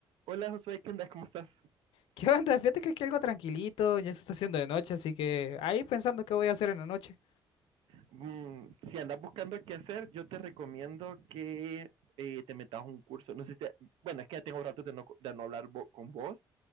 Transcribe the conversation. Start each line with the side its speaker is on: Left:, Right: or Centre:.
Right: Hola Josué, ¿qué andas? ¿Cómo estás?
Left: ¿Qué onda? Fíjate que aquí algo tranquilito, ya se está haciendo de noche, así que ahí pensando qué voy a hacer en la noche.
Right: Mm, si andas buscando qué hacer, yo te recomiendo que eh, te metas a un curso. No sé si te- Bueno, es que ya tengo rato de no, co- de no hablar vo- con vos